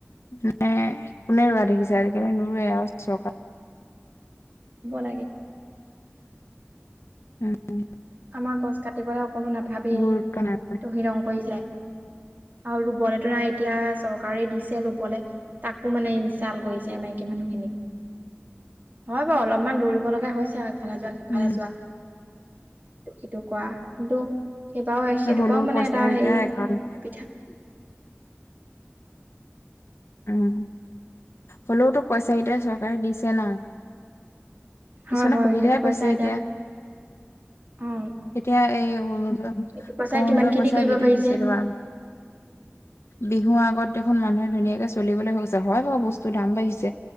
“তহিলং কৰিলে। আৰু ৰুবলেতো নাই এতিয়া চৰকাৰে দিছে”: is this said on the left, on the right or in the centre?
Right